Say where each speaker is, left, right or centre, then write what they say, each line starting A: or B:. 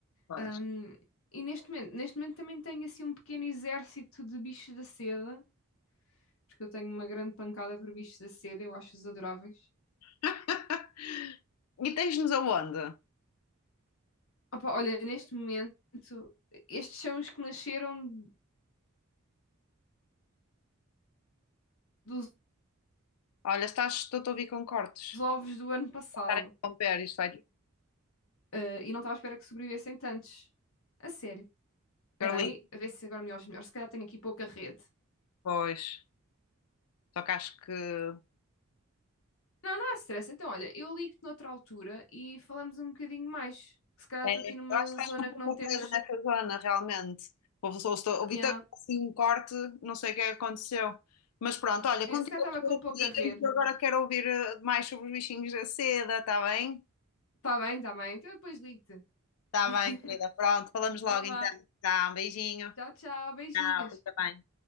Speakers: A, on the left; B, on the left.
A: pois.
B: Ahm, e neste momento, neste momento também tenho assim um pequeno exército de bichos da seda, porque eu tenho uma grande pancada por bichos da seda, eu acho-os adoráveis.
A: <laughs> E tens-nos aonde?
B: Opa, olha, neste momento, estes são os que nasceram dos
A: Olha, estás, estou a ouvir com cortes.
B: os ovos do ano passado.
A: estar a interromper isto vai.
B: Ah, e não estava à espera que sobrevivessem tantos. A sério. Espera
A: Carlinhos,
B: aí, a ver se agora me ouves melhor. Se calhar tenho aqui pouca rede.
A: pois. Só que acho que. É,
B: Não, não há stress. Então, olha, eu ligo-te noutra altura e falamos um bocadinho mais. Que Se calhar
A: eu
B: estou aqui numa
A: acho que
B: zona
A: estás com pouco
B: que não temos.
A: dedo nessa zona, realmente. O, o, o
B: Nhá.
A: Vitor, assim, um corte, não sei o que aconteceu. Mas pronto, olha, continua
B: É, se calhar estava
A: a diga-me
B: com pouca
A: que digas,
B: rede.
A: que eu agora quero ouvir eh, mais sobre os bichinhos da seda, está bem?
B: Está bem, está bem. Então eu depois ligo-te.
A: Está
B: <laughs>
A: bem, querida. Pronto, falamos logo
B: Então vá.
A: então. Tá, um beijinho.
B: Tchau, tchau. Beijinhos.
A: Tchau, fica bem.